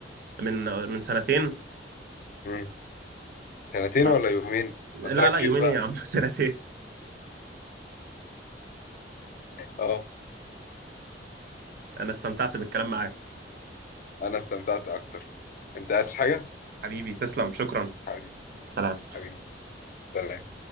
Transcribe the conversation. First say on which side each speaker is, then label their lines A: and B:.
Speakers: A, on the right (about 55°); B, on the left (about 50°).
A: من من سنتين
B: امم سنتين
A: آه،
B: ولا يومين
A: لا
B: ما تركز
A: لا يومين
B: بقى
A: ايه يا عم <laughs> سنتين
B: اه
A: انا استمتعت بالكلام معاك
B: انا استمتعت اكتر انت عايز حاجة
A: حبيبي تسلم شكرا
B: حبيبي
A: سلام
B: حبيبي سلام.